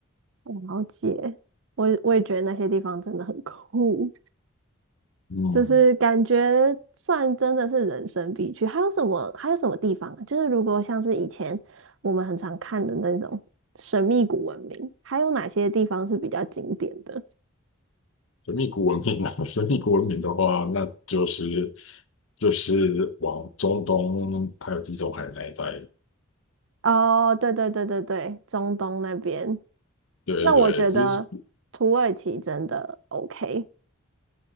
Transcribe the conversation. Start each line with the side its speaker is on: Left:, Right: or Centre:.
Right: 我了解，我我也觉得那些地方真的很酷。
Left: 嗯。
Right: 就是感觉算真的是人生必去。还有什么？还有什么地方啊？就是如果像是以前我们很常看的那种神秘古文明，还有哪些地方是比较经典的？
Left: 神秘古文明啊，神秘古文明的话，那就是就是往中东还有地中海那一带，
Right: 哦，对对对对对，中东那边。
Left: 对对，
Right: 那我觉得土耳其真的
Left: 就是
Right: OK。